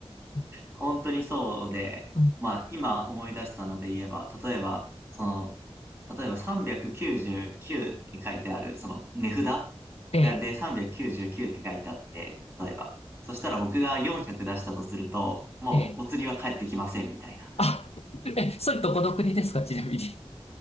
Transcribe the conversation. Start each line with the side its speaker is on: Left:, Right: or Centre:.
Left: うん
Right: 本当にそうで、
Left: うん
Right: まあ今思い出したので言えば、例えば、その、例えば399って書いてある、その値札
Left: ええ、
Right: がで399って書いてあって、例えば。そしたら僕が400出したとすると、もうお釣りは返ってきませんみたいな。
Left: ええ。あ、え、それどこの国ですか、ちなみに。